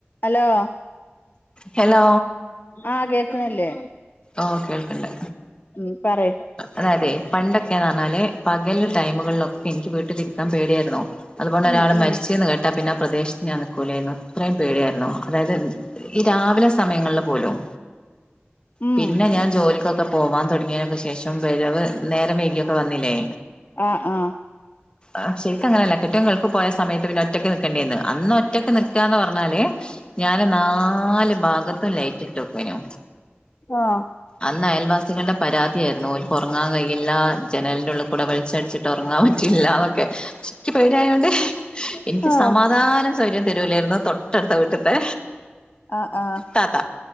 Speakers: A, on the left; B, on the left.
A: Hello.
B: Hello
A: ആ കേക്ക്ണില്ലേ?
B: ആ ഓ കേൾക്ക്ണ്ട്.
A: മഉം പറെ
B: അതായതേ പണ്ടൊക്കെന്ന് പറഞ്ഞാല് പകല്
A: ഉം
B: ടൈമുകളിലൊക്കെ എനിക്ക് വീട്ടിലിരിക്കാൻ പേടിയായിരുന്നു. അത് കൊണ്ട്
A: ഉം
B: ഒരാള്
A: ഉം
B: മരിച്ച്ന്ന്‌ കേട്ടാ പിന്നെ ആ പ്രദേശത്ത് ഞാൻ നിൽക്കൂലായിരുന്നു. അത്രയും പേടിയായിരുന്നു അതായത് എന്ത ഈ രാവിലെ സമയങ്ങളിൽ പോലും.
A: ഉം
B: പിന്നെ ഞാൻ ജോലിക്കൊക്കെ പോവാൻ തുടങ്ങിയതിന് ശേഷം. വരവ് നേരം വൈകിയൊക്കെ വന്നില്ലേ?
A: ആഹ് ആ.
B: ആ ശരിക്ക് അങ്ങനെല്ല കെട്ട്യോ ഗൾഫിൽ പോയ സമയത്ത് പിന്നെ ഒറ്റക്ക് നിക്കണ്ടി വന്നു അന്ന് ഒറ്റക്ക് നിക്ക് ക്കാ ന്ന് പറഞ്ഞാല്. ഞാന് നാല് ഭാഗത്തും ലൈറ്റിട്ട് വെക്കേനു.
A: ആ
B: അന്ന് അയൽവാസികളുടെ പരാതിയായിരുന്നു. ഓൽക്ക് ഉറങ്ങാൻ കഴയില്ലാ ജനലിന്റെ ഉള്ള് കൂടെ വെളിച്ചടിച്ചി ട്ട് ഉറങ്ങാൻ പറ്റില്ലാന്നൊക്കെ ക്ക് പേടിയായോണ്ട് എനിക്ക്
A: ആ
B: സമാധാനം - സ്വര്യം തരൂലായിരുന്നു തൊട്ടടുത്ത വീട്ട്ത്തെ
A: ആ ആ
B: താത്ത.